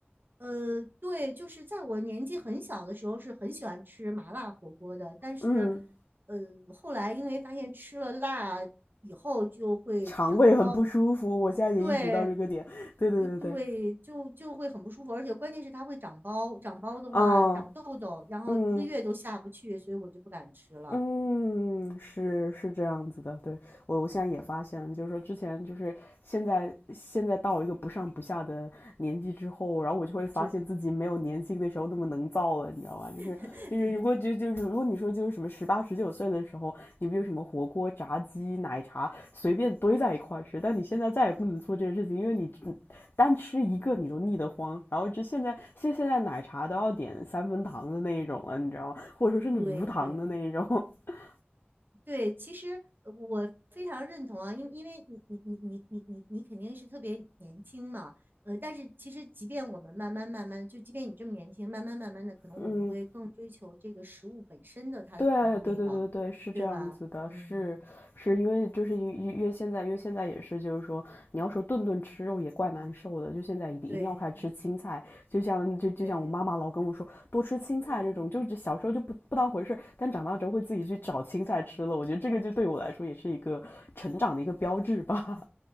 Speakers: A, on the right (about 55°); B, on the left (about 65°).
A: 呃，对，就是在我年纪很小的时候是很喜欢吃麻辣火锅的，但是，
B: 嗯
A: 呃，后来因为发现吃了辣以后就会长包，
B: 肠胃很不舒服，我现在也意识到这个点。
A: 对，
B: 对对对对，
A: 呃对，就就会很不舒服，而且关键是它会长包，长包的话长痘痘，
B: 嗯
A: 然后一个月都下不去，
B: 嗯，
A: 所以我就不敢吃了。
B: 嗯，是是这样子的，对，我我现在也发现就是说之前就是现在现在到一个不上不下的年纪之后，然后我就会发现自己没有年轻的时候那么能造了，
A: 不至于，
B: 你知道吗？就是就是如果就就是如果你说就是什么十八十九岁的时候，
A: <laughs>
B: 你不就什么火锅、炸鸡、奶茶随便堆在一块儿吃，但你现在再也不能做这些事情，因为你单吃一个你都腻得慌，然后这现在现现在奶茶都要点三分糖的那一种了，你知道吗？或者说甚至无糖的那一种。
A: 对对。
B: <laughs>
A: 对，其实呃我非常认同啊，因为因为你你你你你你你肯定是特别年轻嘛，呃，但是其实即便我们慢慢慢慢，就即便你这么年轻，慢慢慢慢的，可能我们会更追求这个食物本身的它的那个味道，
B: 嗯，对对对对对，是这样子的，
A: 对吧？嗯，
B: 是是因为就是因为因为现在因为现在也是就是说，你要说顿顿吃肉也怪难受的，就现在一定一定要开始吃青菜，
A: 对
B: 就像就就像我妈妈老跟我说多吃青菜这种，
A: 对，嗯，
B: 就是小时候就不不当回事但长大之后会自己去找青菜吃了，我觉得这个就对我来说也是一个成长的一个标志吧。